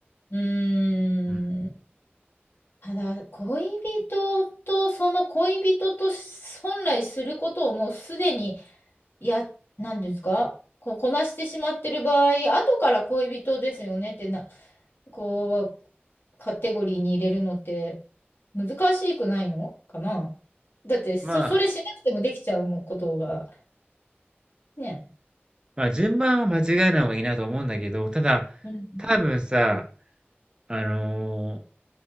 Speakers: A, on the left; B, on the right.
A: うーん。
B: うん。
A: ただ、恋人と、その恋人と本来することをもうすでに、や、なんですかこう、こなしてしまってる場合、後から恋人ですよねってな、こう、カテゴリーに入れるのって難しくないのかなだって、そ、
B: まあ、
A: それしなくてもできちゃうもことが、ね。
B: まあ、順番は間違えない方がいいなと思うんだけど、ただ、
A: うん
B: 多分さ、あのー